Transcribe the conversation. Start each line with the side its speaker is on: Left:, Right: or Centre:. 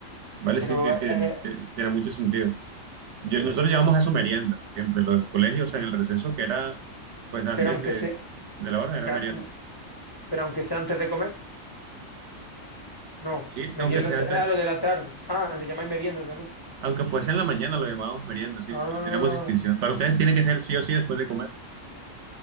Right: Vale,
Left: Pero,
Right: sí, ti-
Left: eh,
Right: ti- ti- tiene mucho sentido. Yo- nosotros llevamos eso merienda siempre, lo del colegio, o sea, en el receso que era, pues antes
Left: pero, aunque
Right: de,
Left: sea,
Right: de la hora era
Left: pero,
Right: merienda.
Left: pero aunque sea antes de comer, no.
Right: Sí,
Left: Meriendas
Right: aunque sea antes,
Left: es a lo de la tarde. Ah, le llamáis merienda también.
Right: aunque fuese en la mañana lo llamábamos merienda, sí,
Left: Ah,
Right: no tenemos distinción. Para ustedes tiene que ser sí o sí después de comer,